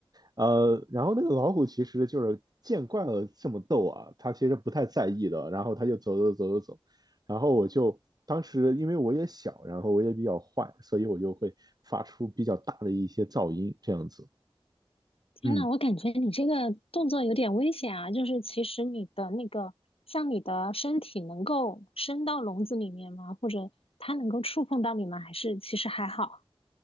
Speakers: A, on the right (about 45°); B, on the left (about 80°).
A: 呃，然后那个老虎其实就是见惯了这么逗啊，它其实不太在意的。然后它就走走走走走，然后我就当时因为我也小，然后我也比较坏，所以我就会发出比较大的一些噪音这样子。
B: 天呐，
A: 嗯，
B: 我感觉你这个动作有点危险啊！就是其实你的那个，像你的身体能够伸到笼子里面吗？或者它能够触碰到你吗？还是其实还好？